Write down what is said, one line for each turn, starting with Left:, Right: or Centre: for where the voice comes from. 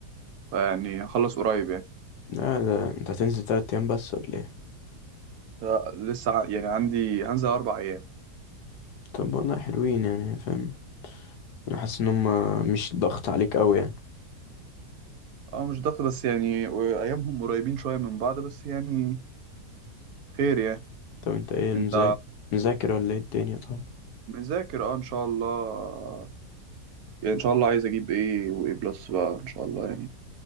Right: فيعني هخلص قريب يعني
Left: لا ده انت هتنزل تلات ايام بس ولا ايه
Right: لا، لسه ع- يعني عندي هنزل أربع أيام
Left: طب والله حلوين يعني فاهم انا حاسس ان هما مش ضغط عليك قوي يعني
Right: اه مش ضغط بس يعني وأيامهم قريبين شوية من بعض بس يعني خير يعني
Left: طب انت ايه
Right: انت
Left: مذاكر مذاكر ولا ايه الدنيا طيب
Right: مذاكر اه ان شاء الله يعني ان شاء الله عايز اجيب ايه وايه بلس بقى ان شاء الله يعني